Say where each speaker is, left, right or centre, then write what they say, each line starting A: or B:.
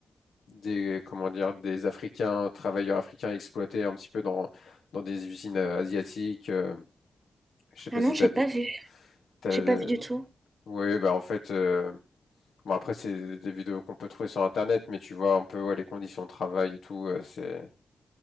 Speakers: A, on the left; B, on the right.
A: des, comment dire, des Africains, travailleurs africains exploités un petit peu dans, dans des usines euh, asiatiques. euh, je sais pas
B: Ah
A: si
B: non, j'ai
A: t'as,
B: pas vu.
A: t'as,
B: J'ai pas vu du tout.
A: ouais, bah en fait. euh, Bon, après, c'est des vidéos qu'on peut trouver sur Internet, mais tu vois un peu ouais, les conditions de travail et tout. euh, c'est,